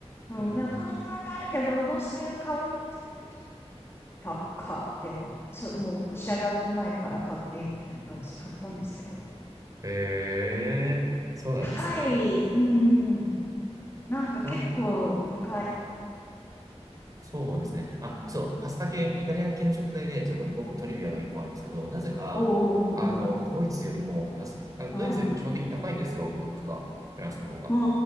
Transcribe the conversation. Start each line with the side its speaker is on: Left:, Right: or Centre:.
Left: うん、
Right: う。うん
Left: なこの値段であるけど、どうする買うって、たかって、でもう、そ、もう仕上がった前から買って、みたいな感じで買ったんですけど。
Right: へえ、そうなんですね。
Left: 高い。うん。なんか結構高い。
Right: なんだ、うん、そうですね。あ、そう、パスタ系、イタリア系の食材で、ちょっと僕トリビアが一個あるんですけど、なぜか、
Left: おうおうおう
Right: あの、ドイツよりもパスタ、あのドイツよりも基本的に高いんですよ、
Left: おう。はい。
Right: 物価が、フランスの方が。
Left: う